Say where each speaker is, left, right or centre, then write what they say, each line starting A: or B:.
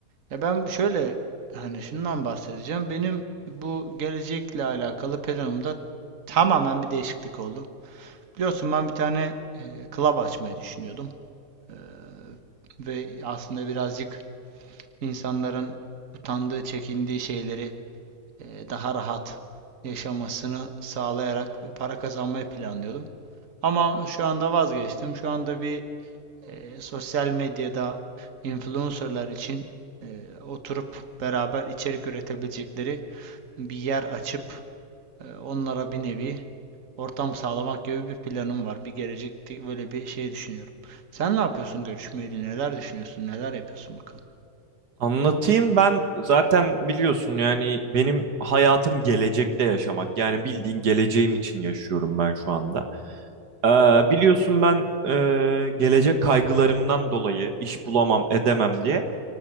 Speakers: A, on the right (about 55°); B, on the right (about 85°).
A: Ya ben şöyle hani şundan bahsedeceğim. Benim bu gelecekle alakalı planımda tamamen bir değişiklik oldu. Biliyorsun ben bir tane e, club açmayı düşünüyordum. Ee, ve aslında birazcık insanların utandığı, çekindiği şeyleri e, daha rahat yaşamasını sağlayarak para kazanmayı planlıyordum. Ama şu anda vazgeçtim. Şu anda bir e, sosyal medyada influencerlar için e, oturup beraber içerik üretebilecekleri bir yer açıp e, onlara bir nevi ortam sağlamak gibi bir planım var. Bir gelecek böyle bir şey düşünüyorum. Sen ne yapıyorsun görüşmeyle? Neler düşünüyorsun? Neler yapıyorsun bakalım.
B: Anlatayım ben zaten biliyorsun yani benim hayatım gelecekte yaşamak yani bildiğin geleceğim için yaşıyorum ben şu anda. Ee, biliyorsun ben e, gelecek kaygılarımdan dolayı iş bulamam edemem diye